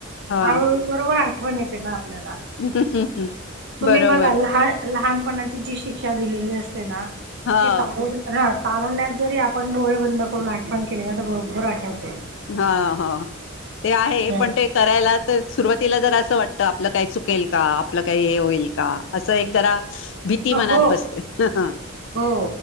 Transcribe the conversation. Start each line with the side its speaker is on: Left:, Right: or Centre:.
Left: हा
Right: आ बरोबर आठवण येते ना आपल्याला.
Left: <unintelligible>
Right: तुम्ही
Left: बरोबर
Right: बघा लहा-लहानपणाची जी शिक्षा दिलेली असते ना,
Left: हो
Right: ती तारून हा. तारुण्यात जरी आपण डोळे बंद करून आठवण केली ना तर बरोबर आठवत.
Left: हा हा. ते आहे
Right: हम्म
Left: पण ते करायला तर सुरुवातीला जर असं वाटत आपलं काय चुकेल का आपलं काही हे होईल का असं एक जरा भीती मनात
Right: हो
Left: बसते. हं हं.
Right: हो